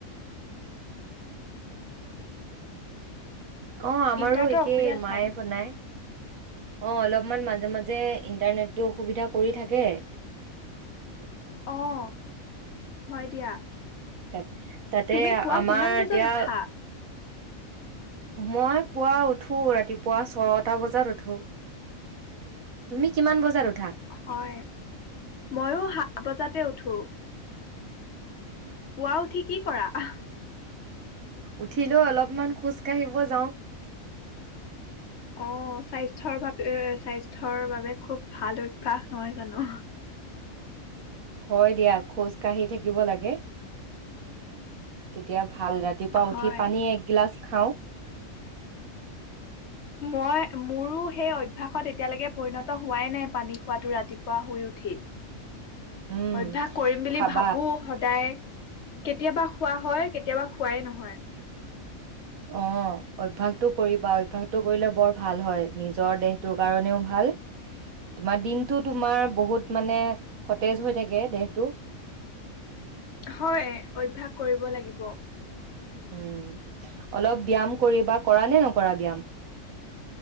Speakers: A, on the left; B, on the right.
A: <unintelligible>
B: অ' আমাৰো
A: ইণ্টাৰনেটৰ
B: একেই
A: অসুবিধা
B: মায়ে
A: চাগে
B: বনায়। অ' অলপমান মাজে মাজে ইণ্টাৰনেট টো অসুবিধা কৰি থাকে।
A: অ' হয় দিয়া!
B: তাত তাতে
A: তুমি পুৱা
B: আমাৰ
A: কিমান বজাত
B: এতিয়া
A: উঠা
B: মই পুৱা উঠো ৰাতিপুৱা ছয়টা বজাত উঠো। তুমি কিমান বজাত উঠা
A: হয় মইও সা ত বজাতে উঠো। পুৱা উঠি কি কৰা আহ?
B: উঠি লৈ অলপমান খোজ কাঢ়িব যাওঁ।
A: অ' স্বাস্থ্যৰ বাবে স্বাস্থ্যৰ বাবে খুব ভাল অভ্যাস নহয় জানো।
B: হয় দিয়া খোজ কাঢ়ি থাকিব লাগে, তেতিয়া ভাল ৰাতিপুৱা
A: হয়
B: উঠি পানী একগিলাচ খাওঁ।
A: মই মোৰো সেই অভ্যাসত এতিয়ালৈকে পৰিণত হোৱাই নাই পানী খোৱাটো ৰাতিপুৱা শুই উঠি।
B: উম
A: অভ্যাস কৰিম বুলি
B: খাবা
A: ভাবো সদায় কেতিয়াবা খোৱা হয় কেতিয়াবা খোৱাই নহয়।
B: অ' অভ্য়াসটো কৰিবা অভ্যাসতটো কৰিলে অ' অভ্যাস টো কৰিবা। অভ্যাস টো কৰিলে বৰ ভাল হয় নিজৰ দেহটোৰ কাৰণেও ভাল, তোমাৰ দিনটো তোমাৰ বহুত মানে সতেজ হৈ থাকে দেহটো।
A: হয় অভ্যাস কৰিব লাগিব।
B: উম, অলপ ব্যায়াম কৰিবা কৰা নে নকৰা ব্যায়াম?